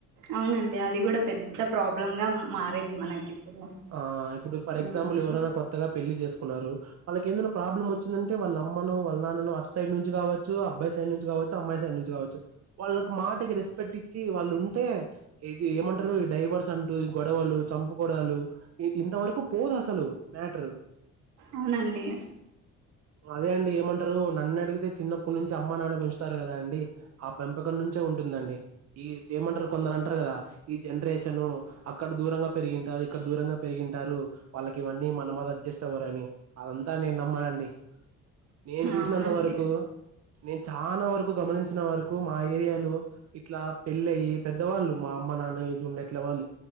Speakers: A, on the right; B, on the right.
A: అవునండి అది కూడా పెద్ద ప్రాబ్లమ్ గా మారింది మనకి ఇప్పుడు
B: ఆ ఇప్పుడు ఫర్
A: ఉమ్
B: ఎగ్జాంపుల్ ఎవరైనా కొత్తగా పెళ్లి చేసుకుం న్నారు వాళ్ళకి ఏందైనా ప్రాబ్లం వచ్చిందంటే వాళ్ళ అమ్మ లు వాళ్ళ నాన్నలు అటు సైడ్ నుంచి కావచ్చు, అబ్బాయి సైడ్ నుంచి కావచ్చు, అమ్మాయి సైడ్ నుంచి కావచ్చు, వాళ్ళకి మాటకి రెస్పెక్ట్ ఇచ్చి వాళ్ళు ఉంటే, ఇది ఏమంటురు డైవర్స్ అంటూ ఈ గొడవలు చంపు కోడాలు ఇంతవరకు పోదు అసలు మ్యాట్రు
A: అవునండి
B: అదే అండి ఏమంటరు నన్ను అడిగితే చిన్నప్పుడు నుంచి అమ్మ నాన్న పెంచుతారు కదా అండి, ఆ పెంపకం నుంచే ఉంటుందండి. ఈ చేయమంటరు కొందరు అం టర్ కదా ఈ జనరేషన్ అక్కడ దూరంగా పెరిగింటారు ఇక్కడ దూరంగా పెరిగింటారు వాళ్ళకి ఇవన్నీ మన మాదడ్జస్ట్ అవ్వరని అదంతా నేను నమ్మనండి నేను చూసినంత
A: అవునండి
B: వరకు నేను చాలా వరకు గమనించిన వరకు మా ఏరియాలో ఇట్లా పెళ్ళయ్య పెద్దవాళ్ళు మా అమ్మ నాన్నయ ఏచుండేట్ల వాళ్ళు